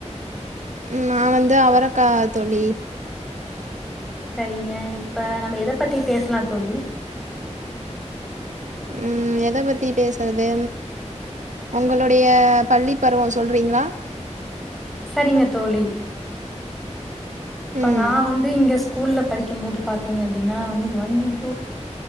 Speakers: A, on the right; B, in the centre.
A: ம் நா வந்து அவரக்கா தோழி
B: சரிங்க இப்ப நம்ம எத பத்தி பேசலாம் தோழி
A: ம் எத பத்தி பேசுறது உங்களுடைய பள்ளிப் பருவம் சொல்றீங்களா
B: சரிங்க தோழி இப்ப
A: ம்
B: நான் வந்து இங்க கூல்ல படிக்கம்போது பாத்தீங்க அப்டின்னா வந்து ஒன் டூ